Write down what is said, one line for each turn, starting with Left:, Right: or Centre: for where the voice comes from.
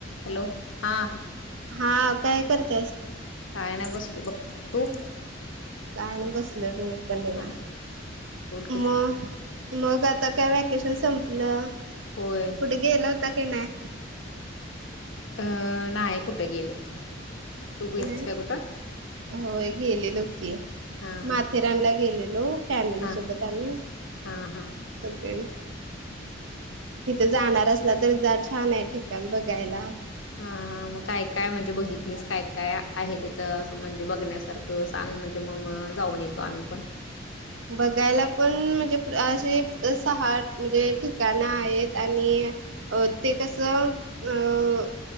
Left: हॅलो हा.
Right: हा काय करत्यास?
Left: काय नाइ बसलोय बघ. तू?
Right: काय नाइ बसले बग मी पण निवांत.
Left: हा बोल की
Right: मग मग आता काय वॅकेशन संपलं.
Left: होय
Right: कुठे गेला होता काय नाय?
Left: अं नाय कुठं गेलो, तू गेलतीस
Right: नाही
Left: काय कुठं?
Right: होय गेलेलो की.
Left: हा हा
Right: माथेरानला गेलेलो फॅमिली
Left: हा
Right: सोबत आम्ही,
Left: हा हा
Right: सगळी. तिथे जाणार असला, तर जा छान आहे ठिकाण बघायला.
Left: हा हा. मग काय काय म्हणजे बघितलीस? काय काय आहे तिथं असं म्हणजे बघण्यासारखं सांग म्हणजे, म मग जाऊन येतो आम्ही पण.
Right: बघायला पण म्हणजे अशे अस सहा म्हणजे ठिकाणं आहेत आणि अ ते कसं अ